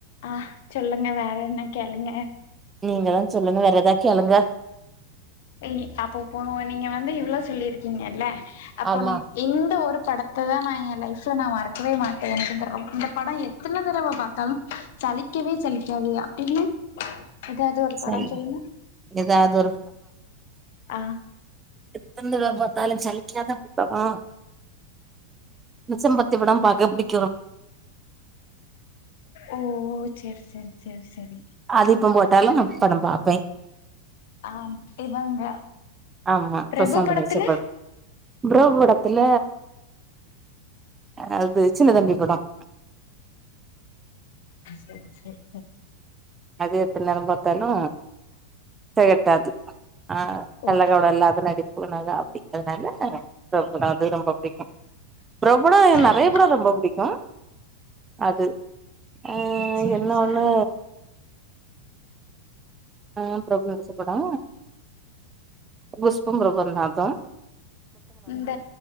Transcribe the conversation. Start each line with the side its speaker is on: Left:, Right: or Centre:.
Left: அ சொல்லுங்க வேற என்ன கேளுங்க
Right: நீங்க தா சொல்லணு வேற ஏதா கேளுங்க
Left: அய்ய அப்போ போ நீங்க வந்து இவ்ளோ சொல்லிருக்கீங்கல்ல அப்ப
Right: ஆமா
Left: இந்த ஒருப் படத்ததா நா எ லைஃப்ல நா மறக்கவே மாட்ட எனக்கு ரொம்ப இந்த படோ எத்தன தடவ பாத்தாலு சலிக்கவே சலிக்காது அப்டின் எதாவது ஒரு
Right: சரி
Left: படோம் சொல்லுங்க
Right: எதாவது
Left: அ
Right: எத்தன் தடவ பாத்தாலும் சலிக்காத படோ மிச்சம்பத்தி படம் பாக்க புடிக்
Left: ஓ செரி செரி செரி செரி
Right: அது இப்பம் போட்டாலும் நா படம் பாப்பே
Left: ஆம் இவங்க
Right: ஆமா
Left: பிரபு
Right: ப்ரசாந்து
Left: படத்துல
Right: நடிச்ச படோ ப்ரோ படத்துல அ து சின்னதம்பி படம்
Left: சேரி செரி
Right: அது எத்ன தடவ பாத்தாலு தெகட்டாது அ
Left: ஓ
Right: கள்ளகபடோ இல்லாத நடிப்புனாகா அப்டி அதுனால பிரபு தா அது ரொம்ப புடிக்கு ப்ரபோட
Left: செரி
Right: நெறைய படோ ரொம்ப புடிக்கும் அது அ
Left: செரி
Right: என்ன
Left: செரி
Right: ஒண்ணு அ ப்ரபு நடிச்ச படோ குஷ்போ ப்ரபுவுந்தா அது
Left: இந்த